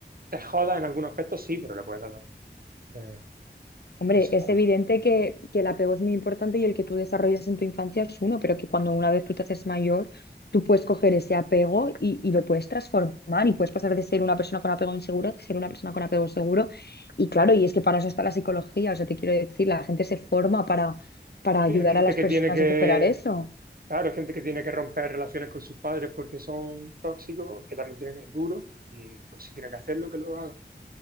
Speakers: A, on the right; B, on the left.
A: te joda en algunos aspectos, sí, pero le puedes dar la vuelta. De-
B: Hombre,
A: eso
B: es
A: está bien.
B: evidente que, que el apego es muy importante y el que tú desarrolles en tu infancia es uno, pero que cuando una vez tú te haces mayor, tú puedes coger ese apego y, y lo puedes transformar y puedes pasar de ser una persona con apego inseguro a ser una persona con apego seguro. Y claro, y es que para eso está la psicología, o sea, te quiero decir, la gente se forma para, para
A: Sí,
B: ayudar
A: hay gente
B: a las
A: que
B: personas
A: tiene que,
B: a superar eso.
A: claro, hay gente que tiene que romper relaciones con sus padres porque son tóxicos, que también tienen, es duro, y pues si tiene que hacerlo, que lo haga.